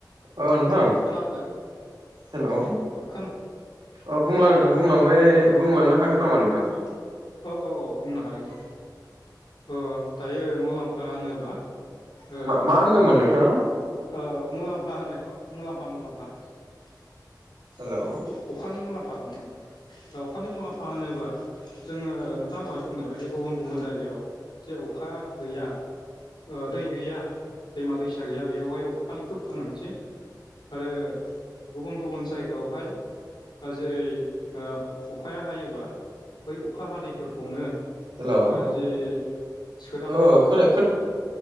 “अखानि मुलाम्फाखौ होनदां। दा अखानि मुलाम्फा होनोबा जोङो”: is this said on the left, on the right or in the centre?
Left